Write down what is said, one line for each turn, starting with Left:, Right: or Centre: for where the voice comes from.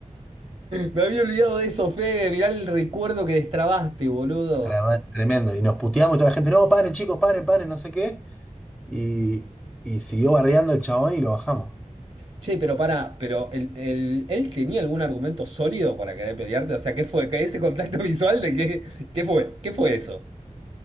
Right: Me había olvidado de eso, Fede, mirá el recuerdo que destrabaste, boludo.
Centre: Trema- Tremendo. Y nos puteamos y toda la gente, no, paren, chicos, paren, paren, no sé qué. Y, y siguió bardeando el chabón y lo bajamos.
Right: Che, pero pará, pero el, el- ¿él tenía algún argumento sólido para querer pelearte? O sea, ¿qué fue? ¿Qué- ¿Ese contacto visual de qué, qué fue? ¿Qué fue eso?